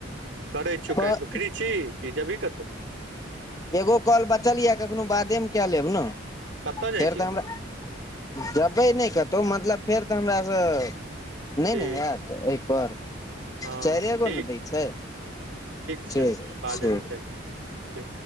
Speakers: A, on the right; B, on the left.
A: करै छौ
B: तऽ
A: काटि कऽ फ्री छी कि जेबही कतहु।
B: एगो कॉल बचल यऽ कखनो बादेमे कए लेब ने
A: कतय जाइ
B: फेर
A: छी
B: तऽ
A: तू
B: हमरा जबै नहि कतहु मतलब फेर तऽ हमरा सँ नहि
A: ठीक
B: ने हैत एहि पर
A: हँ
B: चारिए
A: ठीक
B: गो ने दै छै।
A: छै
B: ठीक
A: बादेमे
B: छै।
A: कए लेब ठीक